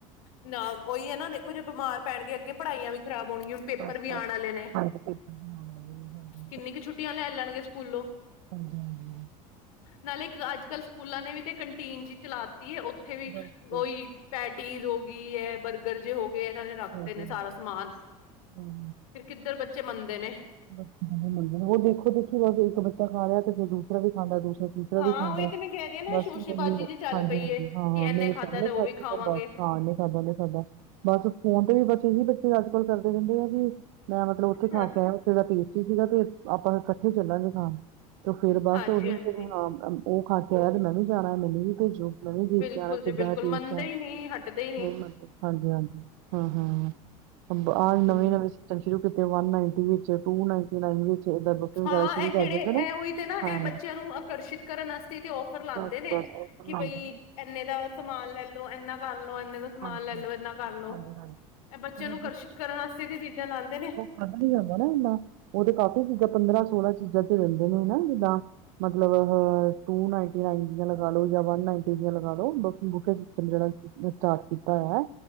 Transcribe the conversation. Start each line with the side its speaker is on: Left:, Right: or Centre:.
Left: ਨਾ, ਉਹੀ ਹੈ ਨਾ, ਦੇਖੋ ਜੇ ਬਮਾਰ ਪੈਣਗੇ ਅੱਗੇ, ਪੜ੍ਹਾਈਆਂ ਵੀ ਖਰਾਬ ਹੋਣਗੀਆਂ। ਪੇਪਰ
Right: ਬਸ
Left: ਵੀ
Right: ਬਸ
Left: ਆਣ ਵਾਲੇ ਨੇ,
Right: ਹਾਂਜੀ ਪੇਪਰ ਹੋਣ ਵਾਲੇ ਨੇ ਹਾਂਜੀ
Left: ਕਿੰਨੀ ਕੁ ਛੁੱਟੀਆਂ ਲੈ ਲੈਣਗੇ ਸਕੂਲੋਂ।
Right: ਹਾਂਜੀ-ਹਾਂਜੀ।
Left: ਨਾਲੇ ਇੱਕ ਅੱਜ-ਕੱਲ ਸਕੂਲਾਂ ਨੇ ਵੀ ਤੇ, ਕੰਟੀਨ ਜੀ ਚਲਾਤੀ ਹੈ, ਉੱਥੇ ਵੀ
Right: ਬਸ ਬਸ
Left: ਓਹੀ ਪੈਟੀਜ਼ ਹੋ ਗਈ, ਐ, ਬਰਗ ਗਰਜੇ ਹੋ ਗਏ, ਇਹਨਾਂ ਨੇ ਰੱਖਤੇ
Right: ਹਾਂਜੀ
Left: ਨੇ
Right: ਹਾਂਜੀ
Left: ਸਾਰਾ ਸਮਾਨ।
Right: ਹਮ
Left: ਫਿਰ ਕਿੱਧਰ ਬੱਚੇ ਮੰਨਦੇ ਨੇ।
Right: ਬੱਚ ਕਿੱਥੇ ਮੰਨਦੇ ਨੇ, ਦੇਖੋ-ਦੇਖੀ ਰ ਇੱਕ ਬੱਚਾ ਖਾ ਰਿਹਾ, ਤੇ ਫਿਰ ਦੂਸਰਾ ਵੀ ਖਾਂਦਾ ਏ ਦ ਫਿਰ ਤੀਸਰਾ
Left: ਹਾਂ
Right: ਵੀ ਖਾਂਦਾ
Left: ਉਹੀ
Right: ਏ,
Left: ਤੇ ਮੈਂ ਕਹਿ ਰਹੀ ਹਾਂ ਨਾ
Right: ਬਸ,
Left: ਸ਼ੋਸ਼ੇਬਾਜ਼ੀ
Right: ਮੇਰੀ
Left: ਜੀ ਚੱਲ
Right: ਹਾਂਜੀ-ਹਾਂਜੀ,
Left: ਪਈ ਏ ਕਿ
Right: ਹਾਂ, ਮੇਰੀ
Left: ਇੰਨੇ ਖਾਧਾ
Right: ਭੈਣ ਨੇ
Left: ਤੇ ਉਹ
Right: ਖਾਤੀ
Left: ਵੀ ਖਾਵਾਂਗੇ
Right: ਹੈ, ਬਸ। ਹਾਂ, ਨਹੀਂ ਖਾਦਾ ਤੇ ਖਾਦਾ। ਬਸ ਫੋਨ ਤੇ ਵੀ, ਬਸ ਇਹੀ ਬੱਚੇ ਅੱਜ-ਕੱਲ ਕਰਦੇ ਰਹਿੰਦੇ ਆ ਵੀ, ਮੈਂ ਮਤਲਬ ਉੱਥੇ ਖਾਕੇ
Left: ਹਾਂ
Right: ਆਂਇਆ, ਉਥੇ ਦਾ ਟੇਸ ਠੀਕ ਸੀਗਾ ਤੇ, ਆਪਾਂ ਇਕੱਠੇ ਚੱਲਾਂਗੇ ਖਾਣ ਤੇ, ਫੇਰ ਬਸ
Left: ਹਾਂਜੀ
Right: ਉਹੀ
Left: ਹਾਂਜੀ
Right: ਫਿਰ ਹਾਂ ਉਹ ਖਾਕੇ ਆਇਆ, ਤੇ ਮੈਂ ਵੀ ਜਾਣਾ। ਮੈਨੂੰ ਵੀ ਭੇਜੋ। ਮੈ ਵੀ ਦੇਖਿਆ
Left: ਬਿਲਕੁਲ
Right: ਵਾ
Left: ਜੀ
Right: ਕਿਦਾਂ
Left: ਬਿਲਕੁਲ
Right: ਦਾ ਟੇਸਟ
Left: ਮੰਨਦੇ
Right: ਐ,
Left: ਹੀ ਨਹੀਂ ਹਟਦੇ ਹੀ ਨਹੀਂ
Right: <unintelligible> ਹਾਂਜੀ-ਹਾਂਜੀ। ਹਾ, ਹਾਂ, ਹਾਂ, ਆ ਨਵੇਂ-ਨਵੇਂ
Left: ਹਮ
Right: ਸਿਸਟਮ ਸ਼ੁਰੂ ਕੀਤੇ, ਵਨ-ਨਾਂਈਟੀ ਵਿੱਚ, ਟੂ-ਨਾਂਈਨਟੀ-ਨਾਈਨ ਵਿੱਚ ਏਦਾਂ ਬਫੇ ਵਗੈਰਾ
Left: ਹਾਂ,
Right: ਸ਼ੁਰੂ
Left: ਐ
Right: ਕਰ
Left: ਜਿਹੜੇ
Right: ਦਿੰਦੇ ਨੇ
Left: ਐ ਉਹੀ ਤੇ ਨਾ,
Right: ਹਾਂ
Left: ਐ ਬੱਚਿਆਂ ਨੂੰ ਆਕਰਸ਼ੀਤ ਕਰਨ ਵਾਸਤੇ ਤੇ ਇਹ ਔਫਰ ਲਾਂਦੇ
Right: ਬਸ
Left: ਨੇ।
Right: ਬਸ ਉਹ ਬਣਾਉਂਦੇ
Left: ਕੀ ਬਈ
Right: ਨੇ
Left: ਇੰਨੇ ਦਾ ਸਮਾਨ ਲੈਲੋ, ਇੰਨਾ ਕਰਲੋ, ਇਨੇ ਦਾ ਸਮਾਨ
Right: ਹਾਂਜੀ-ਹਾਂਜੀ,
Left: ਲੈਲੋ, ਐਨਾ ਕਰਲੋ,
Right: ਹਾਂਜੀ-ਹਾਂਜੀ
Left: ਇਹ ਬੱਚਿਆਂ
Right: ਮਤਲਬ
Left: ਨੂੰ ਆਕਰਸ਼ੀਤ ਕਰਨ ਵਾਸਤੇ ਤੇ ਚੀਜ਼ਾਂ ਲਾਂਦੇ ਨੇ।
Right: ਪਤਾ ਨੀ ਲੱਗਦਾ ਨਾ ਇੱਨਾਂ, ਉਹ ਤੇ ਕਾਫ਼ੀ ਚੀਜ਼ਾਂ ਪੰਦਰਾਂ-ਸੋਲਾਂ ਚੀਜ਼ਾਂ ਤੇ ਰੈਂਦੇ ਨੇ, ਹਨਾ ਜਿੱਦਾਂ ਮਤਲਬ, ਅਹ, ਟੂ ਨਾਂਈਟੀ-ਨਾਈਨ ਦੀਆਂ ਲਗਾਲੋ, ਯਾਂ ਵਨ ਨਾਂਈਟੀ ਦੀਆਂ ਲਗਾਲੋ। ਬੂਕੇ ਸਿਸਟਮ ਜਿਹੜਾ ਸਟਾਰਟ ਕੀਤਾ ਹੋਇਆ,